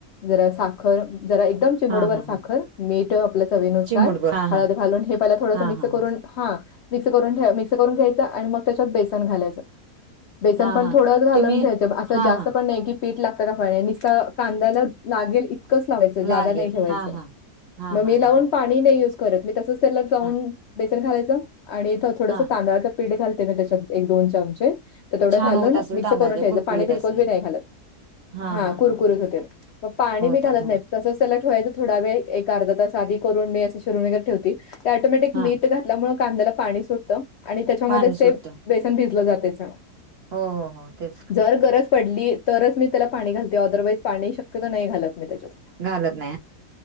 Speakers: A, on the left (about 70°); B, on the right (about 55°).
A: जरां सांखर जरां एकदंम चिमूट
B: हा
A: भर
B: हा
A: सांखर
B: हा
A: मीठ आपल्यां चवीनुसार
B: चिमूट बर हा
A: हळंद
B: हा
A: घालूंन हे थोडंसं
B: हा
A: मिक्सं
B: हा
A: करूंन
B: हा
A: हां मिक्सं करूंन ठे मिक्सं करूंन घ्यांयचा आणि मंग त्यांच्यांत बेसन घालायचं बेसन
B: हा
A: पणं
B: हा
A: थोडं घालूंन
B: तुम्ही
A: ठेयचं असं
B: हा
A: जास्तं
B: हा
A: पणं नाहीं कि पीठ लागतं कां फक्तं कांद्याला लागेलं इतकं पि इतकं चं धावायचं जादां
B: लागेल
A: नाहीं ठेवायचं
B: हा हा हा हा
A: मी
B: हा
A: लावून
B: हा
A: पाणी मी नाही युज करतं तसंच तेलातं लाऊन
B: हा
A: बेसन घालायचं आणि थोडंसं
B: हा
A: तांदळांच पिठं पीठं घालते कां त्यांच्यात एक दोन चमचे तरं तेथोडं
B: छान
A: घालूंन
B: होत असेल
A: मिक्सं
B: तांदळाच्या
A: करूंन ठेयचं
B: कुरकुरीत
A: पाणी बिल्कुल
B: असे
A: बी नाहीं घालतं
B: हा
A: हां
B: हा
A: कुरकुरीतं
B: हा हा
A: होते मंग पाणी
B: होतात
A: मी घालतं
B: हो
A: नाहीं तसंच त्यांला ठेवायचं थोडां वेळं एक अर्धा तरं सांधी करूंन मी असं शरूंन वगैरें ठेवती ते टोमॅटिक
B: हा
A: मीठं घातल्या ल्यांमुळे कांद्याला पाणी सुटतं आणि त्यांच्यामध्ये
B: पाणी
A: चं
B: सुटतं
A: ते बेसन भिजलं जाते छान
B: हो हो हो तेच
A: जरं गरजं पडली तरचं मी त्यांला पाणी घालते अदरवाईजं पाणी शक्यंतो नाहीं घालतं मी त्यांच्यात
B: घालत नाही